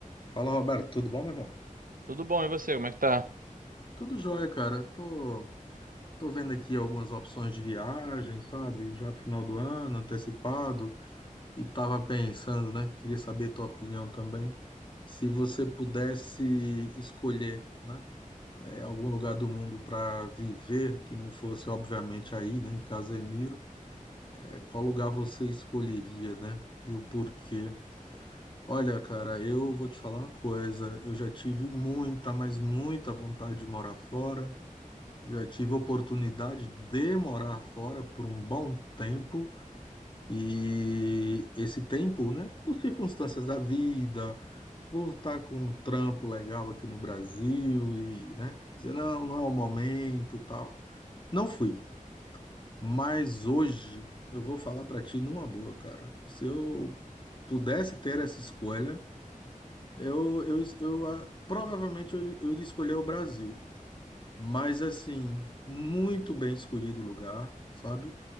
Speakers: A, on the left; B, on the right.
A: Fala, Roberto, tudo bom, meu irmão?
B: Tudo bom, e você? Como é que tá?
A: Tudo jóia, cara. Tô, tô vendo aqui algumas opções de viagem, sabe? Já pro final do ano, antecipado, e tava pensando, né? Queria saber tua opinião também. Se você pudesse escolher, né? é, algum lugar do mundo para viver, que não fosse, obviamente, aí, né? Em Casemiro, é, qual lugar você escolheria, né? E o porquê? Olha, cara, eu vou te falar uma coisa. Eu já tive muita, mas muita vontade de morar fora. Já tive oportunidade de morar fora por um bom tempo. E esse tempo, né, por circunstâncias da vida, por estar com um trampo legal aqui no Brasil e, né, dizer, não, não é o momento, tal. Não fui. Mas hoje eu vou falar pra ti numa boa, cara. Se eu pudesse ter essa escolha, Eu, eu, eu, ah, provavelmente eu, eu iria escolher o Brasil, mas assim, muito bem escolhido o lugar, sabe?